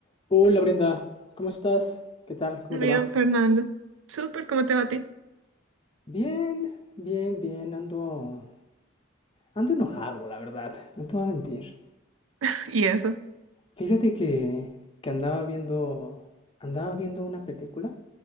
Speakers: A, on the left; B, on the right.
A: Hola Brenda, ¿cómo estás? ¿Qué tal? ¿Cómo
B: Bien,
A: te va?
B: Fernando. Súper, ¿cómo te va a ti?
A: Bien, bien, bien, ando, ando enojado, la verdad, no te voy a mentir.
B: <laughs> Y eso.
A: Fíjate que, que andaba viendo, andaba viendo una película,